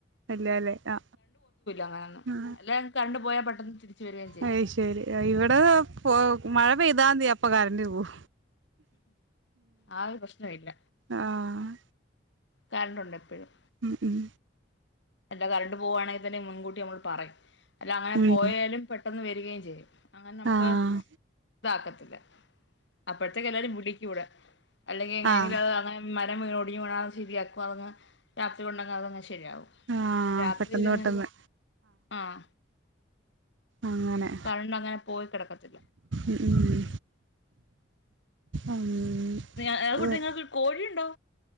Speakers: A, on the right; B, on the left.
A: അല്ലല്ലേ ആ
B: അങ്ങനൊന്നും
A: <unintelligible>
B: അല്ല കറണ്ട് പോയാൽ പെട്ടെന്ന് തിരിച്ചു വരികയും ചെയ്യും
A: അയ് ശരി ഇവിടെ പോ മഴ ഇപ്പോ ഇതാ നീ അപ്പൊ കറണ്ട് പോം
B: ആ ഒരു പ്രശ്നമില്ല
A: ആഹ്
B: കറന്റ്‌ ഉണ്ട് എപ്പഴും
A: ഉം ഉം
B: എന്റെ കറന്റ് പോവണങ്കിൽ തന്നെ മുൻകൂ ട്ടി നമ്മൾ പറയും അല്ല അങ്ങനെ
A: ഉം
B: പോയാലും പെട്ടെന്ന് വെരും വെറുകേം ചെയ്യും അങ്ങനെ നമുക്ക്
A: ആഹ്
B: ഇതാ ഇല്ല അപ്പഴത്തെക്ക് എല്ലാവരും വിളിക്കും ഇവിടെ അല്ലെങ്കിൽ എങ്ങനെങ്കിലും
A: ആഹ്
B: അത് അങ്ങനെ മ എന്തെങ്കിലും വീണു ഓടിയുവാണേൽ അത് ശരിയാക്കും അത് അങ്ങ് രാത്രി കൊണ്ട് അതങ്ങു ശരിയാകും
A: ആഹ്
B: അങ്ങനെ രാത്രിയിൽ
A: പെട്ടെന്ന്
B: എങ്ങനെയാണ്
A: പെട്ടെന്ന്
B: ആഹ്
A: അങ്ങനെ
B: കറണ്ട് അങ്ങനെ പോയി കിടക്കത്തില്ല
A: ഉം ഉം ഉം
B: നിങ്ങൾ എ ഏ <unintelligible> ക്കോഴിയുണ്ടോ